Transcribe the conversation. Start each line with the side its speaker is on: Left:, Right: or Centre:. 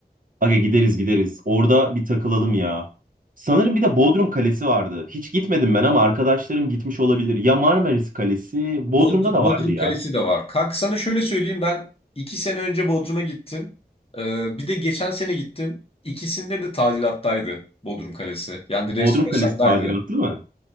Right: Aga gideriz gideriz. Orada bir takılalım ya. Sanırım bir de Bodrum Kalesi vardı. Hiç gitmedim ben ama arkadaşlarım gitmiş olabilir. Ya Marmaris Kalesi, Bodrum'da
Left: Bod-
Right: da
Left: Bodrum
Right: vardı ya.
Left: Kalesi de var. Kanka sana şöyle söyleyeyim ben iki sene önce Bodrum'a gittim. Ee, bir de geçen sene gittim. İkisinde de tadilattaydı Bodrum Kalesi. Yani
Right: Bodrum
Left: restorasyondaydı.
Right: Kalesi tadilatlı mı?